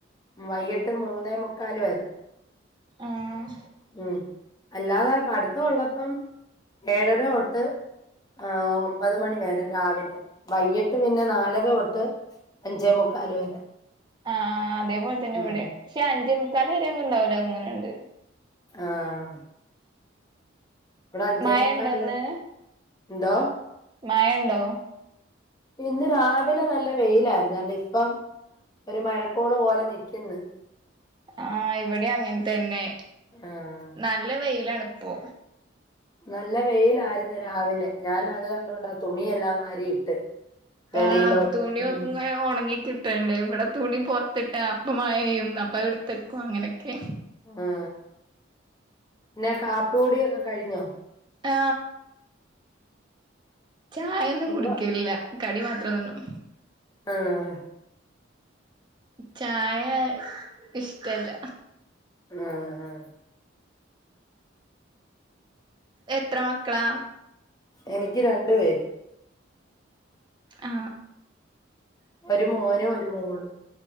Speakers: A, on the left; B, on the right.
A: വൈകിട്ട് മൂന്നേ മുക്കാൽ വരെ
B: ആഹ്
A: ഉ അല്ലാതെപടുത്ത ഉള്ളപ്പം ഏഴര തൊട്ട് ആ ഒമ്പത് മണിവരെ രാവിലെ വൈകിട്ട് പിന്നെ നാലര <unintelligible> ട്ട് അഞ്ചേ മുക്കാൽ വരെ.
B: ആഹ അതേപലെന്നെ
A: ഉം
B: ഇവിടെ. പക്ഷെ, അഞ്ച മുക്കാല് വരെ ഒന്നും ഇണ്ടാവുല തേന്നുനുണ്ട്.
A: ആഹ. ഇവിടെ അഞ്ചേ
B: മഴ
A: മുക്ക
B: ഉണ്ടോന്ന്
A: ന്തോ
B: മായണ്ടോ?
A: ഇന്ന് രാവിലെ നല്ല വെയിലായിരുന്നുണ്, ഇപ്പം. ഒരു മഴക്കൂള് പോലെ നിക്കുന്നു.
B: ആഹ. ഇവിടെ അങ്ങനെ തന്നെ
A: ആഹ്
B: നല്ല വെയിലാ ഇപ്പോ
A: നല്ല വെയിലായിരുന്നു, രാവിലെ ഞാൻ അത് കണ്ടോണ്ട് ആ തുണിയെല്ലാം വാരിയിട്ട്. വെളിയിലോട്ട്
B: ആ തുണിങ്ങ
A: ഉം
B: ഉണങ്ങിക്കി <unintelligible> ഇവിടെ തുണി പുറത്തിട്ട് അപ്പം മഴയും അപ്പ ഇടുത്തക്കും അങ്ങനെക്കെ.
A: ആ പിന്നെ കാപ്പോടിക്കെ കഴിഞ്ഞോ?
B: ആ ചായ ഒന്നും കുടിക്കല്ല
A: എന്തോ
B: കടി മാത്രം തിന്നും.
A: ആഹ
B: ചായ ഇഷ്ടല്ല.
A: ആഹ ആഹ
B: എത്ര മക്കളാ?
A: എനിക്ക് രണ്ടു പേര്.
B: ആ
A: ഒരു മോനും ഒരു മോള്.